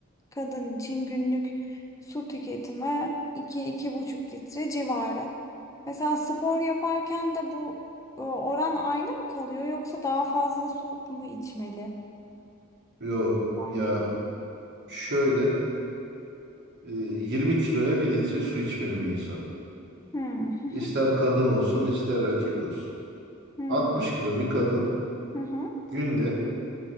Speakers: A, on the left; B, on the right.
A: kadın için günlük su tüketimi iki iki buçuk litre civarı. Mesela spor yaparken de bu e, oran aynı mı kalıyor yoksa daha fazla su mu içmeli?
B: Yok
A: Ben
B: ya
A: bir...
B: şöyle e, 20 kiloya bir litre su içmeli bir insan.
A: Hmm. <laughs>
B: İster kadın olsun ister erkek olsun.
A: Hmm.
B: 60 kilo bir kadın
A: Hı hı.
B: günde